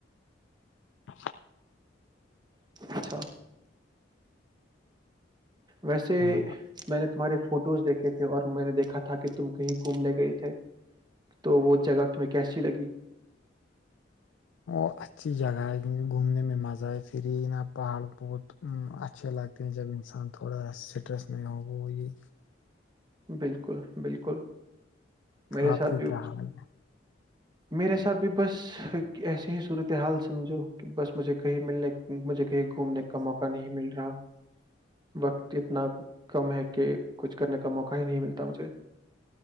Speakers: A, on the left; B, on the right.
A: <inaudible>
B: اچھا ویسے
A: ہاں
B: میں نے تمہارے فوٹوز دیکھے تھے اور میں نے دیکھا تھا کہ تم کہیں گھومنے گئے تھے تو وہ جگہ تمہیں کیسی لگی
A: اور اچھی جگہ ہے گھومنے میں مزہ آئے پری نا پہاڑ پہوڑ اچھے لگتے ہیں جب انسان تھوڑا اسٹریس نہیں ہوگی
B: بالکل بالکل میرے
A: آپ
B: ساتھ
A: کے
B: بھی
A: کیا حال
B: میرے ساتھ بھی بس ایسیے ہی صورت حال سمجھو کہ بس مجھے کہیں ملنے مجھے کہیں گھومنے کا موقع نہیں مل رہا وقت اتنا کم ہے کہ کچھ کرنے کا موقع ہی نہیں ملتا مجھے